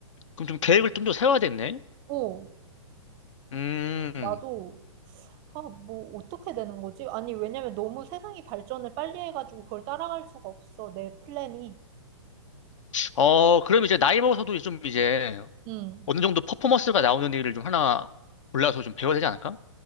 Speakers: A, on the left; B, on the right.
A: 그럼 좀 계획을 좀 더 세워야겠네.
B: 어,
A: 음.
B: 나도, 아, 뭐, 어떻게 되는 거지? 아니, 왜냐면 너무 세상이 발전을 빨리 해가지고 그걸 따라갈 수가 없어, 내 플랜이.
A: 어, 그럼 이제 나이 먹어서도 좀 이제
B: 음,
A: 어느 정도 퍼포먼스가 나오는 일을 좀 하나 골라서 좀 배워야 되지 않을까?